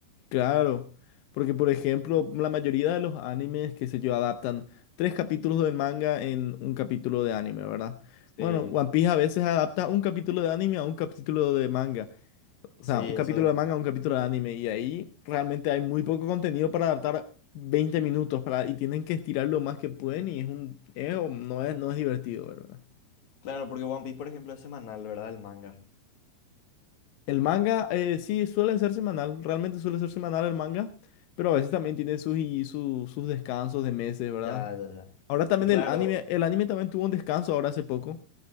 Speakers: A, on the left; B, on the left.
A: Claro, porque por ejemplo, la mayoría de los animes que se yo adaptan tres capítulos del manga en un capítulo de anime, ¿verdad?
B: Sí,
A: Bueno, One Piece a veces adapta un capítulo de anime a un capítulo de manga, o
B: sí,
A: sea,
B: eso.
A: un capítulo de manga a un capítulo de anime, y ahí realmente hay muy poco contenido para adaptar 20 minutos para, y tienen que estirar lo más que pueden y es un, es, o no es, no es divertido, ¿verdad?
B: Claro, porque One Piece, por ejemplo, es semanal, ¿verdad? El manga.
A: El manga, eh, sí, suele ser semanal, realmente suele ser semanal el manga, pero a veces también tiene sus, y su- sus descansos de meses, ¿verdad?
B: Ya, ya, ya.
A: Ahora también
B: Y claro,
A: el anime, el anime también tuvo un descanso ahora hace poco,